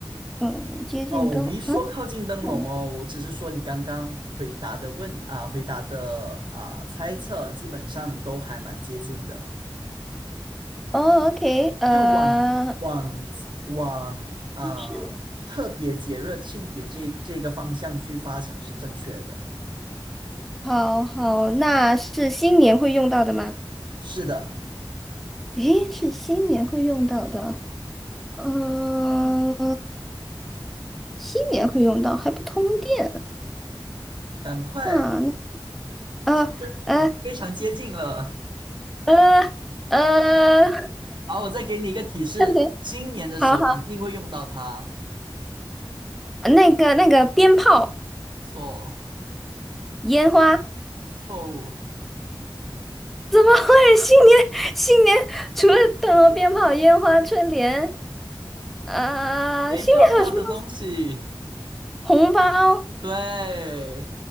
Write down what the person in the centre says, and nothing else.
嗯，接近灯啊。
嗯
哦，OK，呃，
是。好好，那是新年会用到的吗？
诶，是新年会用到的。嗯、新年会用到，还不通电。
那那呃
呃呃呃，
等等，
好好，那个那个鞭炮、
烟花，
怎么会新年新年除了等鞭炮、烟花、春联，呃，
新年还有什么东西？红包